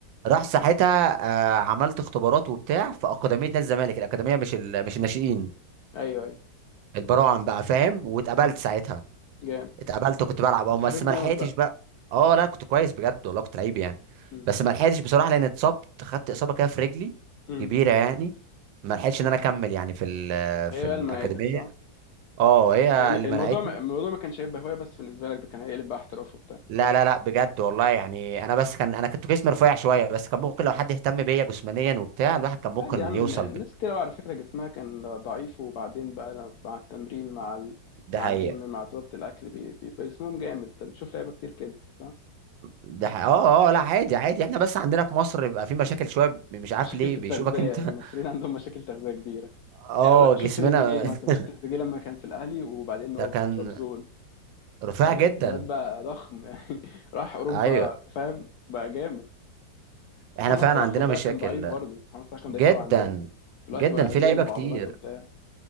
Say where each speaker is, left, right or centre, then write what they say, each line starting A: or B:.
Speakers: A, on the right; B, on the left.
A: راح ساعتها آه، عملت اختبارات وبتاع في اكاديميه نادي الزمالك الاكاديميه مش ال... مش الناشئين
B: ايوه ايوه
A: البراعم بقى فاهم واتقبلت
B: مم.
A: ساعتها
B: جامد
A: اتقبلت كنت بلعب اه
B: كنت
A: بس
B: حريف
A: ما
B: جامد
A: لحقتش
B: بقى
A: بقى اه لا كنت كويس بجد والله كنت لعيب يعني
B: مم.
A: بس ما لحقتش بصراحه لان اتصبت خدت اصابه كده في رجلي
B: مم.
A: كبيره يعني ما لحقتش ان انا اكمل يعني في ال...
B: هي
A: في
B: بقى
A: الاكاديميه
B: اللي منعتك صح
A: اه هي
B: يعني
A: اللي
B: الموضوع
A: منعتني
B: ما- الموضوع ما كانش هيبقى هوايه بس بالنسبه لك ده كان هيقلب بقى احتراف وبتاع
A: لا لا لا بجد والله يعني انا بس كان انا كنت جسمي رفيع شويه بس كان ممكن لو حد اهتم بيا جسمانيا وبتاع الواحد كان ممكن
B: عادي يا عم
A: يوصل
B: الن-
A: بك
B: ناس كتير قوي على فكره جسمها كان ضعيف وبعدين بقى ل- مع التمرين مع ال...
A: ده
B: مع
A: حقيقة
B: الجيم مع ضبط الاكل بي- بيبقى جسمهم جامد انت بتشوف لعيبه كتير كده صح
A: ده حقيقة. اه اه لا عادي عادي احنا بس عندنا في مصر بيبقى في مشاكل شويه ب- مش عارف
B: مشاكل
A: ليه
B: في التغذية
A: بيشوفك انت
B: يعني
A: <laughs>
B: المصريين عندهم مشاكل تغذية كبيرة
A: اه
B: يعني أقول لك شوف
A: جسمنا
B: تريزيجيه مثلا
A: <laughs>
B: شوف تريزيجيه لما كان في الأهلي وبعدين هو
A: ده كان
B: في ترابزون
A: رفيع
B: يعني
A: جدا
B: الواد بقى ضخم يعني <laughs> راح أوروبا
A: ايوه
B: فاهم بقى جامد محمد
A: احنا فعلا
B: صلاح
A: عندنا
B: خد
A: مشاكل
B: بالك كان ضعيف برضه محمد صلاح كان
A: جدا
B: ضعيف قوي عندنا دلوقتي
A: جدا
B: بقى
A: في
B: جيم
A: لعيبه كتير
B: وعضلات وبتاع